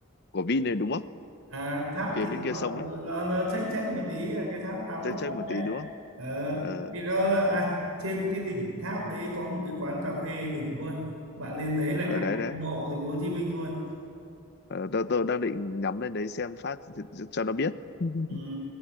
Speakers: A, on the left; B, on the right.
A: của Vin này đúng không
B: À, tháp
A: phía
B: thì
A: bên
B: nó
A: kia sông
B: ờ,
A: ấy
B: nó nó chách chách một tí là cái tháp 81
A: check check
B: tầng
A: một
B: đấy
A: tí đúng không
B: ờ,
A: ờ,
B: thì có à, trên cái đỉnh tháp đấy có một cái quán cà phê đỉnh luôn bạn lên đấy là
A: ở
B: ngắm
A: đấy đấy
B: độ thành phố Hồ Chí Minh luôn
A: ờ, tôi tôi đang định nhắm lên đấy xem phát thì- cho, cho nó biết <laughs>
B: Ừ.